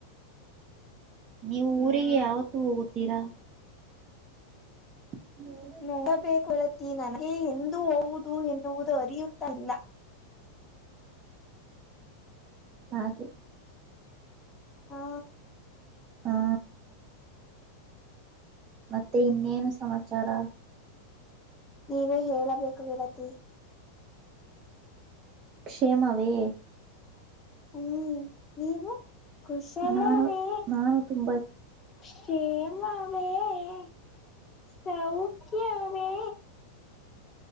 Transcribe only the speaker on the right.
ನೀವು
ಊರಿಗೆ ಯಾವತ್ತು ಹೋಗುತ್ತೀರಾ. <unintelligible>
ಹಾಗೆ
ಹಾ ಹಾ ಮತ್ತೆ ಇನ್ನೇನು ಸಮಾಚಾರ
ಕ್ಷೇಮವೇ
ನಾನು ನಾನು ತುಂಬಾ